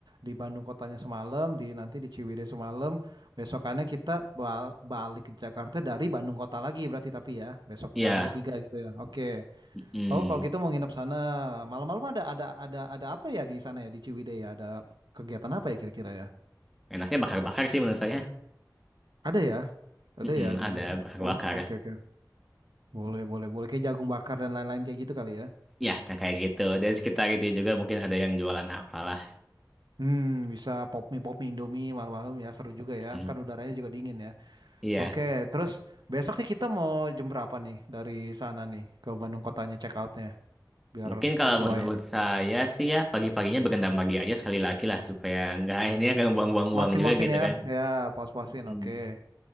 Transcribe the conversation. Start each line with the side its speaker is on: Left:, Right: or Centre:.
Right: di Bandung kotanya semalam, di nanti di Ciwidey semalam. Besokannya kita bal- balik ke Jakarta dari Bandung kota lagi berarti tapi ya besok
Centre: Iya.
Right: eh, hari ketiga gitu ya. Oke.
Centre: mm.
Right: Oh, kalau gitu mau nginep sana malam-malam ada ada ada ada apa ya di sana ya di Ciwidey ya? Ada kegiatan apa ya kira-kira ya?
Centre: Enaknya bakar-bakar sih menurut saya.
Right: Ada ya, ada
Centre: Mm-mm,
Right: ya di.
Centre: ada bakar-bakar.
Right: Oke, oke, oke. Boleh, boleh, boleh. Kayak jagung bakar dan lain-lain kayak gitu kali ya.
Centre: Ya, nah kayak gitu. Dari sekitar itu juga mungkin ada yang jualan apalah.
Right: Hmm, bisa pop mie pop mie Indomie malam-malam ya seru juga ya.
Centre: Mm.
Right: Kan udaranya juga dingin ya.
Centre: Iya.
Right: Oke, terus besok nih kita mau jam berapa nih dari sana nih ke Bandung kotanya check outnya biar
Centre: Mungkin kalau
Right: sesuai
Centre: menurut
Right: nih.
Centre: saya sih ya pagi-paginya berendam pagi aja sekali lagi lah supaya nggak <laughs> ini ya nggak buang-buang
Right: Puasin-puasin
Centre: uang juga gitu
Right: ya,
Centre: kan.
Right: ya puas-puasin.
Centre: Hmm.
Right: Oke,